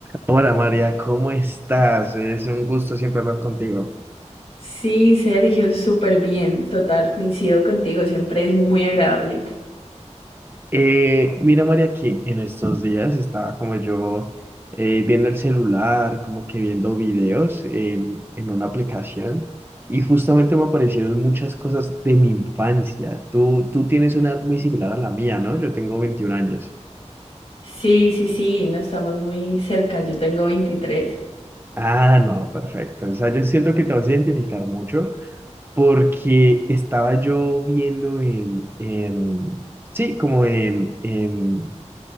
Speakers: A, on the right; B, on the left.
A: Hola María, ¿cómo estás? Es un gusto siempre hablar contigo.
B: Sí, Sergio, súper bien, total, coincido contigo, siempre es muy agradable.
A: Eh, mira María, que en estos días estaba como yo eh, viendo el celular, como que viendo videos en en una aplicación y justamente me aparecieron muchas cosas de mi infancia. Tú, tú tienes una edad muy similar a la mía, ¿no? Yo tengo veintiún años.
B: Sí, sí, sí, no estamos muy cerca, yo tengo 23.
A: Ah, no, perfecto. O sea, yo siento que te vas a identificar mucho porque estaba yo viendo en, en sí, como en, en